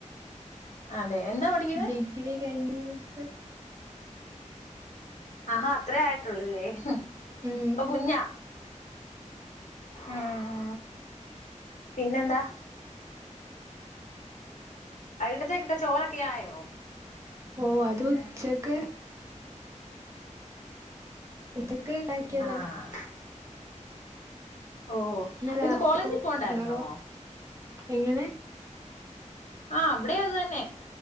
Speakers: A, on the left; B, on the right.
A: അതെ എന്താ പഠിക്കുന്നത്
B: ഡിഗ്രി കഴിഞ്ഞ് എനക്ക്
A: ആ അത്രേ ആയിട്ടുള്ളല്ലേ
B: ഉം
A: അപ്പൊ
B: ഉം
A: കുഞ്ഞാ ഉം പിന്നെന്താ
B: ഒരിലോ വാ <unintelligible>
A: <unintelligible> തിട്ടിട്ട് ചോറൊക്കെ ആയോ
B: ഓ അതുച്ചക്ക് ഉച്ച ക്ണ്ടാകിയതാ
A: ആഹ് ഓ അപ്പത്
B: രാത്രിക്കും
A: കോളേജിൽ പോണ്ടാരുന്നോ
B: നിങ്ങളോ എങ്ങനെ
A: ആ ഇവിടെ അത് തന്നെ